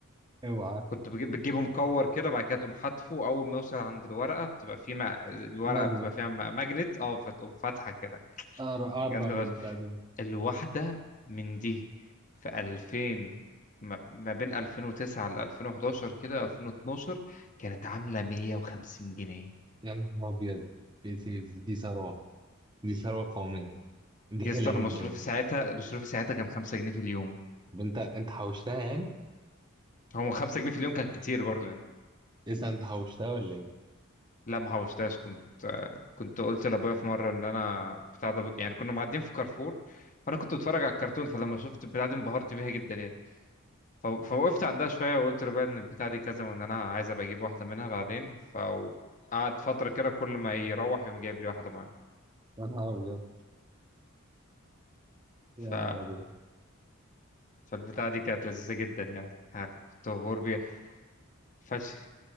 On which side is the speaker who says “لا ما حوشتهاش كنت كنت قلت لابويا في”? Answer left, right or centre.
Left